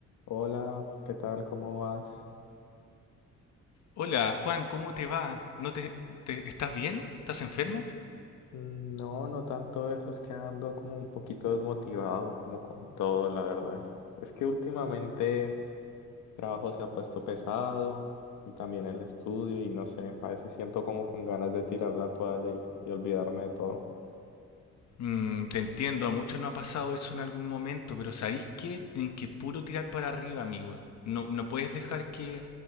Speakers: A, on the left; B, on the left.
A: Hola, ¿qué tal? ¿Cómo vas?
B: Hola, Juan, ¿cómo te va? ¿No te, te- estás bien? ¿Estás enfermo?
A: Mm, No, no tanto eso, es que ando como un poquito desmotivado, como con todo, la verdad. Es que últimamente el trabajo se ha puesto pesado y también el estudio y no sé, a veces siento como con ganas de tirar la toalla y, y olvidarme de todo.
B: Mm, te entiendo, a muchos no ha pasado eso en algún momento, pero ¿sabéis qué? Tienes que puro tirar para arriba, amigo. No, no puedes dejar que,